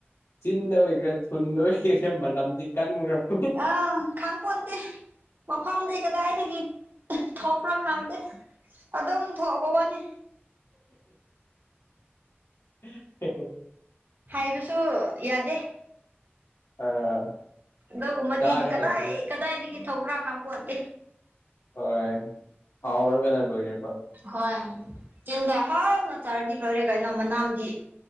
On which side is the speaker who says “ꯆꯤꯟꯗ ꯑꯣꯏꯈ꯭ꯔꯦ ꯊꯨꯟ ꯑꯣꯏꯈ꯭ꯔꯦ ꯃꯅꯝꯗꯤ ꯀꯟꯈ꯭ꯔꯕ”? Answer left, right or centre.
Left